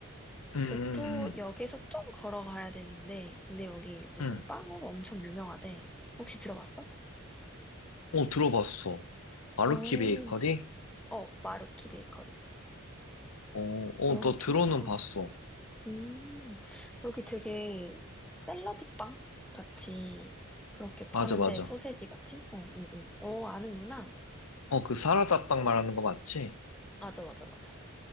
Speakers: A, on the left; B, in the centre.
A: 응, 응,
B: 교토역에서
A: 응,
B: 좀 걸어가야 되는데, 근데 여기 무슨
A: 응.
B: 빵으로 엄청 유명하대. 혹시 들어봤어?
A: 어, 들어봤어. 아루키
B: 오,
A: 베이커리?
B: 어, 마루키 베이커리.
A: 어, 어,
B: 여기가,
A: 너 들어는 봤어.
B: 음, 여기 되게 샐러드 빵 같이 그렇게 파는데,
A: 맞아, 맞아.
B: 소세지 같이? 어, 어, 어. 어, 아는구나.
A: 어, 그 사라다빵 말하는 거 맞지?
B: 맞아, 맞아, 맞아.